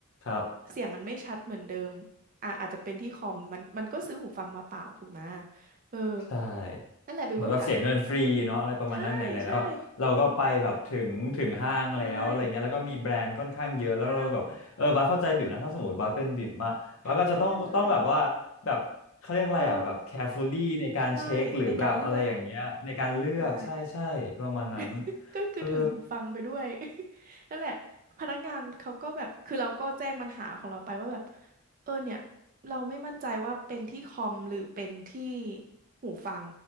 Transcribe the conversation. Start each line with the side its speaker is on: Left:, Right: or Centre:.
Left: ครับ
Right: เสียงมันไม่ชัดเหมือนเดิมอ่ะอาจจะเป็นที่คอมมันมันก็ซื้อหูฟังมาเปล่าถูกไหมเออ
Left: ใช่
Right: นั่นแหละเบิวก็กะ
Left: เหมือนแบบเสียเงินฟรีเนาะอะไรประมาณนั้นไหนๆแล้วเราก็ไปแบบถึงถึงห้างแล้วอะไรเงี้ยแล้วก็มีแบรนด์ค่อนข้างเยอะแล้วเราแบบเออบัสเข้าใจบิวนะถ้าสมมติบัสเป็นบิวอะบัสก็จะต้องต้องแบบว่าแบบเขาเรียกอะไรอ่ะแบบ
Right: ใช่ใช่ใช่ใช่ใช่ใช่ใช่เออ
Left: carefully ในการเช็คหรือแบบอะไรอย่างเงี้ยในการเลือกใช่ใช่ประมาณนั้น
Right: ใช่ในการเลือกใช่ <laughs> ก็คือถือหูฟังไปด้วย
Left: เออ
Right: <laughs> นั่นแหละพนักงานเขาก็แบบคือเราก็แจ้งปัญหาของเราไปว่าแบบเออเนี่ยเราไม่มั่นใจว่าเป็นที่คอมหรือเป็นที่หูฟัง